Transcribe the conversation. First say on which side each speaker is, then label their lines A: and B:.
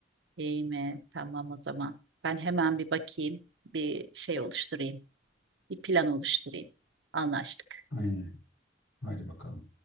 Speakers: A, on the right; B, on the left.
A: İyi mi? Tamam o zaman. Ben hemen bir bakayım, bir şey oluşturayım, bir plan oluşturayım. Anlaştık.
B: Aynen. Haydi bakalım.